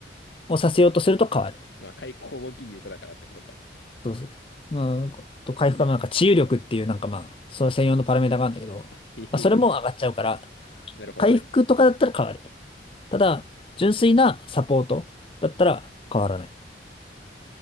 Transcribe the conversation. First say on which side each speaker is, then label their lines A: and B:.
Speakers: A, on the left; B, on the left.
A: をさせようとすると変わる。
B: まあ、回攻撃力だからってことか。
A: そうそう。まあ、あと回復はなんか治癒力っていうなんかまあ、それ専用のパラメータがあるんだけど、まあ、
B: あ、へへへ。
A: それも上がっちゃうから、
B: なるほどね。
A: 回復とかだったら変わる。ただ、純粋なサポートだったら変わらない。っ